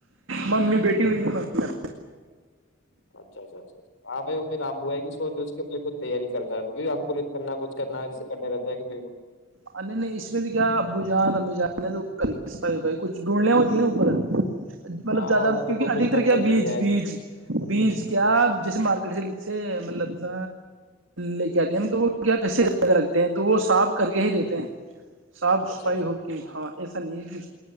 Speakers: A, on the right; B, on the left.
A: ممی بیٹی ہوئی ہے م
B: اچھا اچھا اچھا ہاں بھائی وہ پھر آبو ہے کہ س کےے کچ تیاری کرتا ہے کرنا کچھ کرنا جسے کرنے رہ تگ بو
A: ار نہیں نہیں اس میں تو کیا ابو جان امی جان ہے تو پائیھائی کچھ ڈھونڈیاں ہوتی ہیں اوپر مطلب
B: ہاں
A: زیادہ
B: اور
A: کیونکہ
B: تو کو
A: ادک
B: کچھ کر
A: طرح کیا
B: کر
A: بیج
B: مل جائے
A: بیج
B: کچھ
A: بیج کیا جیسے مارکیٹ سے سے مطلب لے کے آتے ہیں تو وہ کیا پے زیادہ لگتے ہیں تو وہ صاف کر کے ہی دیتے تے صاف
B: اچھا
A: صفائی
B: اچھا
A: ہوک ہاں ایسا نہیں ہے